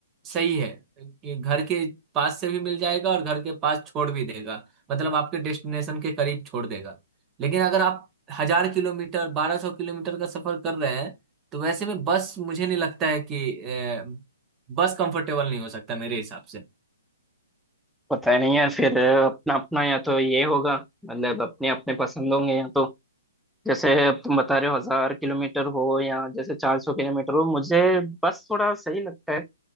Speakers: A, on the right; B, in the centre.
A: सही है ये घर के पास से भी मिल जाएगा और घर के पास छोड़ भी देगा मतलब आपके डेस्टिनेशन के करीब छोड़ देगा लेकिन अगर आप हजार किलोमीटर बारह सौ किलोमीटर का सफर कर रहे हैं तो वैसे में बस मुझे नहीं लगता है कि अ, बस कंफर्टेबल नहीं हो सकता मेरे हिसाब से
B: पता नहीं यार फिर अपना अपना या तो ये होगा मतलब अपने अपने पसंद होंगे या तो जैसे अब तुम बता रहे हो हजार किलोमीटर हो या जैसे चार सौ किलोमीटर हो मुझे बस थोड़ा सही लगता है